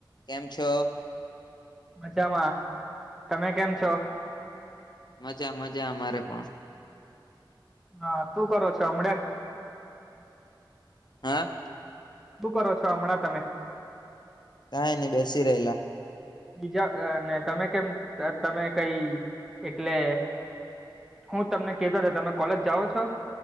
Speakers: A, on the left; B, in the centre.
A: કેમ છો.
B: મજામાં તમે કેમ છો?
A: મજા મજા મારે પણ.
B: હા શું કરો છો હમડે?
A: હા.
B: શું કરો છો હમણાં તમે.
A: કઈ નઈ ન બેેશી રેલા.
B: બીજા અ અને તમે કેમ અ તમે કઈ એટલે હું તમને કતો હતો તમે કોલેજ જાઓ છો?